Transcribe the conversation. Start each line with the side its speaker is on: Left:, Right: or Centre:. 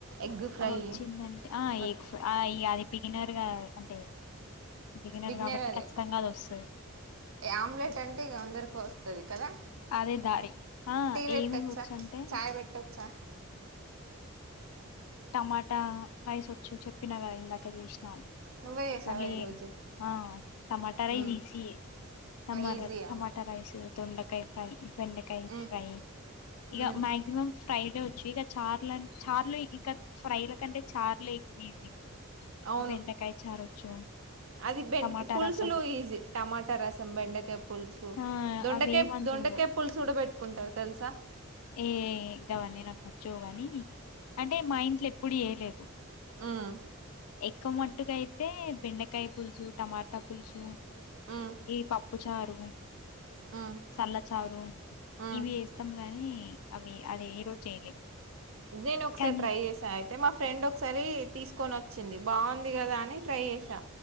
Right: ఎగ్ ఫ్రై
Left: ఇగ వచ్చిందంట
Right: వచ్చా
Left: ఆ అది బిగినర్గా అంటే బిగినర్
Right: బిగ్నరదే
Left: కాబట్టి ఖచ్చితంగా అది వస్తది
Right: ఆమ్లెట్ అంటే ఇక అందరికి వస్తది కదా!
Left: అదే దారి ఆ
Right: టీ పెట్టొచ్చా
Left: ఏమిమి వచ్చు అంటే
Right: చాయ్ పెట్టొచ్చా
Left: టమాటా రైస్ వచ్చు చెప్పిన కద ఇందాక చూసినా అని
Right: నువ్వే చేసావా
Left: మళీ
Right: ఈరోజు
Left: ఆ టమాట రైస్
Right: మ్మ్
Left: ఈజీయే టమాట
Right: ఈజీ
Left: టమాటా
Right: అవును
Left: రైస్ దొండకాయ ఫ్రై బెండకాయ
Right: మ్మ్
Left: ఫ్రై ఇగ
Right: మ్మ్
Left: మ్యాక్సిమమ్ ఫ్రైలే వచ్చు ఇక చార్ల చార్లు ఇంకా ఫ్రైల కంటే చార్లు ఎక్కువ ఈజీ
Right: అవును
Left: బెండకాయ చారొచ్చు
Right: అది
Left: టమాటా
Right: పులుసులు
Left: రసం
Right: ఈజీ టమాటా రసం బెండకాయ పులుసు పులుసు
Left: ఆ
Right: దొండకాయ్
Left: అవేమంతుండవు
Right: దొండకాయ పులుసు కూడా పెట్టుకుంటారు తెలుసా
Left: ఏ గవన్నీ నాకు నచ్చవు కాని అంటే మా ఇంట్లో ఎప్పుడు చేయలేదు
Right: మ్మ్
Left: ఎక్కువ మట్టుకు అయితే బెండకాయ పులుసు టమాటా పులుసు
Right: మ్మ్
Left: ఈ పప్పు చారు
Right: మ్మ్
Left: సల్ల చారు
Right: మ్మ్
Left: ఇవి చేస్తాం గానీ అవి అవి ఏ రోజు చేయలే
Right: నేను ఒకసారి
Left: కానీ
Right: ట్రై చేసా అయితే మా ఫ్రెండ్ ఒకసారి తీసుకు కొని వచ్చింది బాగుంది కదా అని ట్రై చేసా